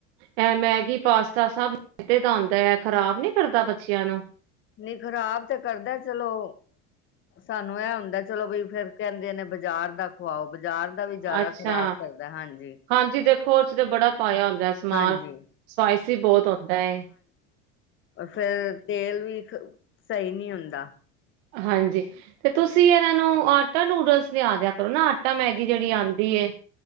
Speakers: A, on the right (about 75°); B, on the left (about 40°).
A: ਐਹ ਮੈਂਗੀ ਪਾਸਤਾ ਸਭ ਮੈਦੇ ਦਾ ਆਂਦਾ ਹੈਂ, ਐਹ ਖ਼ਰਾਬ ਨੀਂ ਕਰਦਾਂ ਬੱਚਿਆਂ ਨੂੰ।
B: ਨਹੀਂ ਖ਼ਰਾਬ ਤੇ ਕਰਦਾਂ ਚਲੋਂ ਸਾਂਨੂੰ ਐਹ ਹੁੰਦਾ ਚਲੋਂ ਬਈ ਫ਼ਿਰ ਕਹਿੰਦੇ ਨੇਂ ਬਾਜ਼ਾਰ ਦਾ ਖਵਾਓ ਬ ਬਜ਼ਾਰ ਦਾ ਵੀ ਜ਼ਿਆਦਾ
A: ਅੱਛਾ
B: ਖ਼ਰਾਬ ਕਰਦਾਂ ਹਾਂਜੀ।
A: ਹਾਂਜੀ ਦੇਖੋਂ ਉਹ 'ਚ ਤੇ ਬੜਾਂ ਪਾਇਆਂ ਹੁੰਦਾਂ ਸਮਾਂਨ।
B: ਹਾਂਜੀ
A: ਸਵਾਇਸੀ ਬਹੁਤ ਹੋਤਾਂ ਐਂ।
B: ਫ਼ਿਰ ਤੇਲ ਵੀ, ਸਹੀ ਨੀਂ ਹੁੰਦਾਂ।
A: ਹਾਂਜੀ। ਤੇ ਤੁਸੀਂ ਇਹਨਾਂ ਨੂੰ ਆਟਾ ਨੂਡਲਸ ਲ਼ਿਆ ਦਿਆਂ ਕਰੋਂ ਨਾ ਆਟਾ ਮੈਂਗੀ ਜਿਹੜੀ ਆਂਦੀ ਏ।